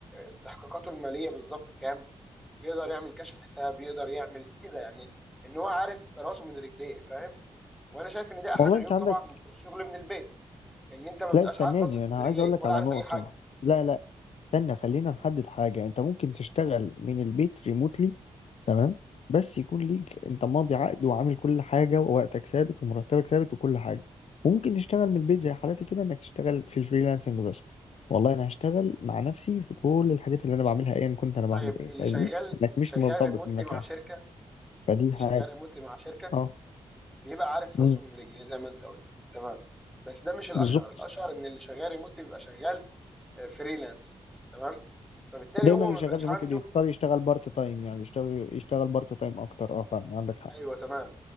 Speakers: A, in the centre; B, on the left.
A: استحقاقاته الماليه بالظبط كام يقدر يعمل كشف حساب يقدر يعمل كده يعني ان هو عارف راسه من رجليه فاهم وانا شايف ان ده احد
B: والله
A: عيوب
B: انت عندك
A: طبعا الشغل من البيت ان انت ما بتبقاش
B: لا استناني
A: عارف راسك من
B: انا
A: رجليك
B: عايز اقول لك
A: ولا
B: على
A: عارف
B: نقطة
A: اي حاجه
B: لا لا استنى خلينا نحدد حاجة انت ممكن تشتغل من البيت ريموتلي تمام بس يكون ليك انت ماضي عقد وعامل كل حاجة ووقتك ثابت ومرتبك ثابت وكل حاجة وممكن تشتغل
A: مم.
B: من البيت زي حالاتي كده انك تشتغل في الفريلانسنج بس والله انا هشتغل مع نفسي في كل الحاجات اللي انا بعملها ايا كنت انا
A: طيب
B: بعمل ايه
A: اللي
B: فاهمني
A: شغال
B: انك
A: اللي
B: مش
A: شغال
B: مرتبط
A: ريموتلي
B: بمكان
A: مع شركه
B: فدي
A: اللي شغال
B: حاجة
A: ريموتلي مع شركه
B: اه
A: بيبقى عارف
B: مم.
A: راسه من رجليه زي ما انت قلت تمام بس ده مش الاشهر
B: بالظبط
A: الاشهر ان اللي شغال ريموتلي بيبقى شغال فريلانس تمام فبالتالي
B: دايما
A: هو
B: اللي
A: ما
B: شغال
A: بيبقاش
B: ريموتلي
A: عنده
B: بيختار يشتغل بارت تايم يعني بيشتغل يشتغل بارت تايم اكتر اه فعلا عندك حق
A: ايوه تمام